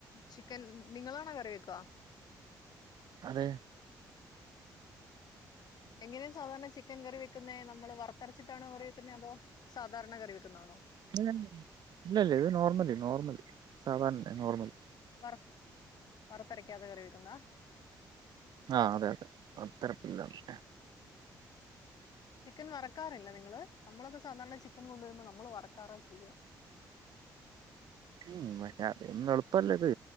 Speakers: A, on the left (about 65°); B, on the right (about 70°).
A: ചിക്കൻ നിങ്ങളാണോ കറി വെക്ക
B: അതെ
A: എങ്ങനെ സാധാരണ ചിക്കൻ കറി വെക്കുന്നേ നമ്മള് വർത്തരച്ചിട്ടാണോ കറി വെക്കുന്നേ അതോ സാധാരണ കറി വെക്കുന്നാണോ
B: ഇല്ല ഇല്ല ഇത് നോർമല് നോർമല് സാധാരണ നോർമല്
A: വർ വർത്തരക്കാതെ കറിവെക്കുന്നാ
B: ആഹ് അതെ അതെ വർത്തരപ്പില്ലാതെ
A: ചിക്കൻ വറക്കാറില്ല നിങ്ങള് നമ്മളൊക്കെ സാധാരണ ചിക്കൻ കൊണ്ടുവരുമ്പോൾ നമ്മള് വറക്കാറ ചെയ്യ
B: ഉം അതിന്നും എളുപ്പല്ലേ ഇത്